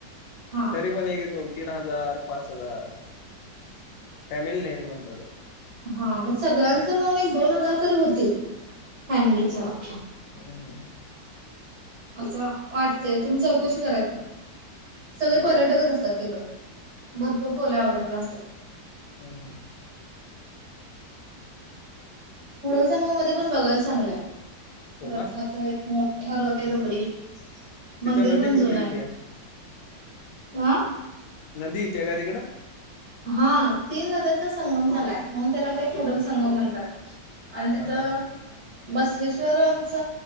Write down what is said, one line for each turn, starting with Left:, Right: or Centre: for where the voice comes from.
Right: हा
Left: तरी पण एक दोन तीन हजार पाच हजार फॅमिली नाही म्हणत
Right: हा मग सगळ्यांच म्हळून एक दोन हजार तरी होतील फॅमिलीच अख्ख्या
Left: हम् हम्
Right: असं वाटतंय तुम्ही चौकशी कराची सगळे
Left: ठीक
Right: पर्यटकच
Left: आहे ठीक.
Right: असतात तिकडे भरपूर खोल्या अवे्हेलेबल असतात
Left: हम हम
Right: हुडल संंग मध्ये पण बघायला चांगलंय
Left: हो
Right: रथाच
Left: का?
Right: एक मोठ ठरवत आहे दगडी
Left: तिथं
Right: मंदिर
Left: नदी
Right: पण
Left: कुठली
Right: जुन आहे
Left: येते?
Right: ह
Left: नदी येते का तिकडं
Right: हा तीन नद्यांचा संगम झालाय म्हणून त्याला ते कुडम
Left: हो.
Right: संगम म्हणतात आणि
Left: हां,
Right: तिथं
Left: हां, हां.
Right: बसवेश्वरांच